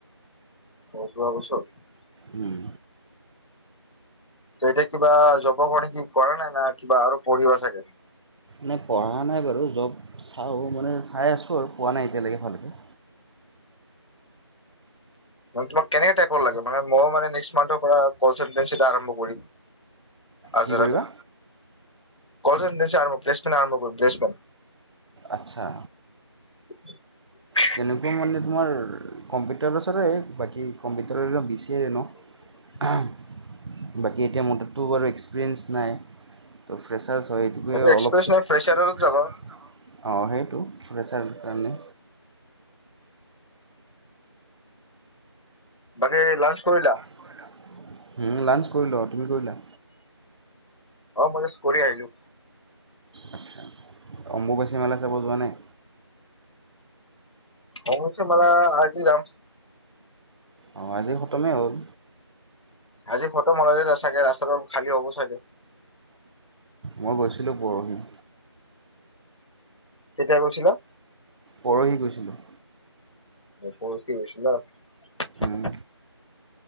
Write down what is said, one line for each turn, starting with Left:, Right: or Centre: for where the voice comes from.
Left: অ' যোৱা বছৰত।
Right: উম।
Left: ত' এতিয়া কিবা জবৰ কাৰণে কি কৰা নাই নে কিবা আৰু পঢ়িব চাগে?
Right: মানে পঢ়া নাই বাৰু। জব চাওঁ, মানে চাই আছোঁ আৰু। পোৱা নাই এতিয়ালৈকে ভালকৈ
Left: তোমাক কেনে টাইপৰ লাগে? মানে মই মানে নেক্সত মন্থৰ পৰা কনচেট আৰম্ভ কৰিম। আজৰাতে
Right: কি কৰিবা
Left: কলচ <unintelligible> আৰম্ভ কৰিম <unintelligible>
Right: আচ্ছা।
Left: <unintelligible>
Right: কেনেকুৱা মানে তোমাৰ কম্পিউটাৰ পাছৰে। বাকী কম্পিউটাৰ বি চি এ ৰে ন?
Left: <inaudible>
Right: হাম বাকী এতিয়া মোৰ তাতটো বাৰু এক্সপিৰিয়েঞ্চ নাই। তো ফ্ৰেছাৰ্জ হয় এনেই
Left: সেইটো
Right: অলপ
Left: এক্সপ্ৰেছ
Right: অ'।
Left: ফ্ৰেচাৰতে যাবা
Right: সেইটো প্ৰেছাৰৰ কাৰণে।
Left: বাকী লাঞ্চ কৰিলা?
Right: লাঞ্চ কৰিলো আ। তুমি কৰিলা?
Left: অ' মই জাষ্ট কৰি আহিলো।
Right: আচ্ছা। অম্বুবাচী মেলা চাব যোৱা নাই?
Left: অশছে মা আজি ৰাম
Right: অ', আজি খতমেই হ'ল
Left: আজি ফটো মালাই চাগে ৰাস্তাটো খালী হ'ব চাগে
Right: মই গৈছিলো। পৰহি
Left: কেতিয়া কৈছিলা।
Right: পৰহি গৈছিলো।
Left: পৰঠ দিছ ন
Right: উম,